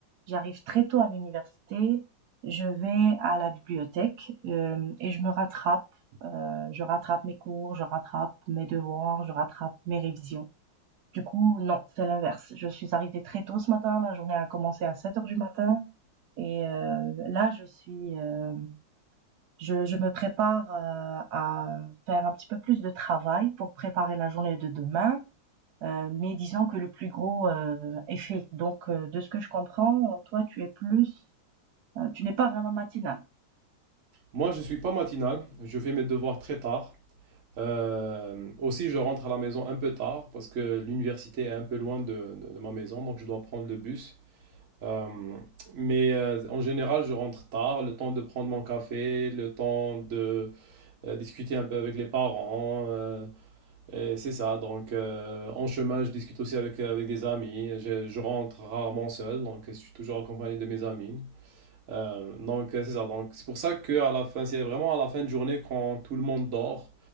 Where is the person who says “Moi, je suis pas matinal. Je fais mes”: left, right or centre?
Right